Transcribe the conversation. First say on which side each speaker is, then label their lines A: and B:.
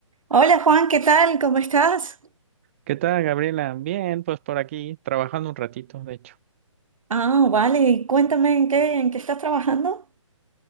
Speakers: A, on the right; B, on the right.
A: Hola Juan, ¿qué tal? ¿Cómo estás?
B: ¿Qué tal, Gabriela? Bien, pues por aquí, trabajando un ratito, de hecho.
A: Ah, vale, cuéntame en qué, en qué estás trabajando.